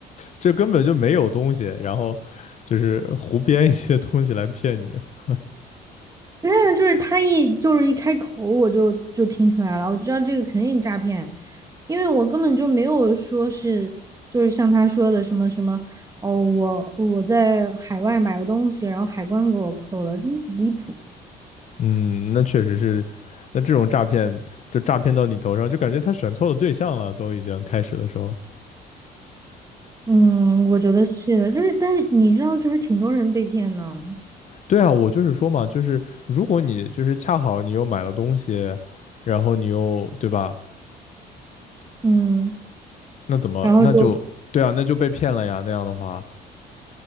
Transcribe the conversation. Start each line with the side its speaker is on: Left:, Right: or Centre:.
Left: 这根本就没有东西，然后就是胡编一些东西来骗你啊。
Right: 对啊，就是他一就是一开口，我就就听出来了，我知道这个肯定诈骗，因为我根本就没有说是就是像他说的什么什么哦，我我在海外买了东西，然后海关给我扣了，嗯离谱。
Left: 嗯，那确实是，那这种诈骗就诈骗到你头上，就感觉他选错了对象了，都已经开始的时候。
Right: 嗯，我觉得是的，就是但是你知道，就是挺多人被骗呢。
Left: 对啊，我就是说嘛，就是如果你就是恰好你又买了东西，然后你又，对吧？
Right: 嗯，
Left: 那怎么，
Right: 然后就
Left: 那就，对啊，那就被骗了呀，那样的话。